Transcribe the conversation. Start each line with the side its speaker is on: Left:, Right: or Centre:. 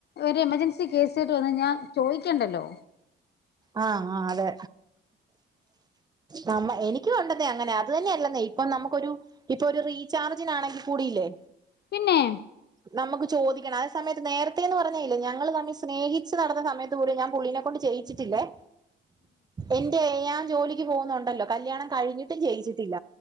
Left: ഒരു എമർജൻസി കേസ് കെട്ട് വന്ന് കഴിഞ്ഞ ചോയ്ക്കണ്ടല്ലോ
Right: ആഹ് ആഹ് അതെ നമ്മ എനിക്കും ഒണ്ടന്നെ അങ്ങനെ അത് തന്നെയല്ലന്നേ ഇപ്പൊ നമ്മക്കൊരു ഇപ്പൊരു റീചാർജിനാണെങ്കി കൂടിയില്ലേ
Left: പിന്നേ
Right: നമ്മക്ക് ചോദിക്കണം അത് സമയത്ത് നേരത്തേന്ന് പറഞ്ഞാ ഇല്ലേ ഞങ്ങള് തമ്മി സ്നേഹിച്ചു നടന്ന സമയ ത്ത് പോലും ഞാൻ പുള്ളിനെ കൊണ്ട് ചെയ്യിച്ചിട്ടില്ലേ എന്റെ ഞാൻ ജോലി ക്ക് പോകുന്നുണ്ടല്ലോ കല്യാണം കഴിഞ്ഞിട്ടും ചെയ്യിച്ചിട്ടില്ല